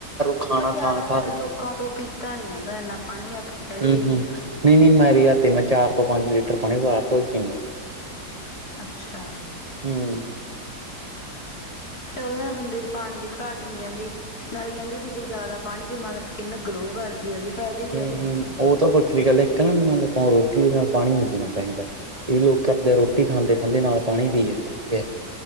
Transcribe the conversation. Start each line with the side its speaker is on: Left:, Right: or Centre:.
Right: ਖਾਣਾ
Left: ਪਰ ਜ਼ਿਆਦਾਤਰ
Right: ਖਾਣ ਖਾ
Left: ਲੋਕਾਂ ਤੋਂ ਪੀਤਾ ਨੀ ਜਾਂਦਾ ਇੰਨਾ ਪਾਣੀ ਕਹਿ ਦਈਏ
Right: ਹੂੰ-ਹੂੰ,
Left: ਜੇ।
Right: ਨਹੀਂ-ਨਹੀਂ ਮੇਰੀ ਰਾਤੀ ਮੈਂ ਚਾਰ ਤੋਂ ਪੰਜ ਲੀਟਰ ਪਾਣੀ ਹਰ ਰੋਜ਼ ਪਿਣਾ।
Left: ਅੱਛਾ।
Right: ਹਮ।
Left: ਚਲੋ ਉਹਦੇ ਨਾਲ ਬੰਦੇ ਚ ਪਾਣੀ ਦੀ ਘਾਟ ਨੀ ਰਹਿੰਦੀ। ਨਾਲੇ ਕਹਿੰਦੇ ਵੀ ਜੇ ਜ਼ਿਆਦਾ ਪਾਣੀ ਪੀਵਾਂਗੇ ਸਕਿੰਨ ਗਲੋ ਕਰਦੀ ਹੈਗੀ। ਫਾਇਦੇ ਹੀ ਫਾਇਦੇ
Right: ਹਮ ਹਮ,
Left: ਨੇ ਇਹ ਚੀਜ਼ਾਂ
Right: ਉਹ
Left: ਦੇ।
Right: ਤਾਂ ਵੱਖਰੀ ਗੱਲ ਏ ਇੱਕ ਨਾ ਮ ਮਤਲਬ ਆਪਾਂ ਰੋਟੀ ਦੇ ਨਾਲ ਪਾਣੀ ਨੀ ਪੀਣਾ ਚਾਹੀਦਾ। ਕਈ ਲੋਕ ਕਰਦੇ ਆ ਰੋਟੀ ਖਾਂਦੇ-ਖਾਂਦੇ ਨਾਲ ਪਾਣੀ ਪੀ ਜਾਂਦੇ ਰਹਿੰਦੇ ਆ।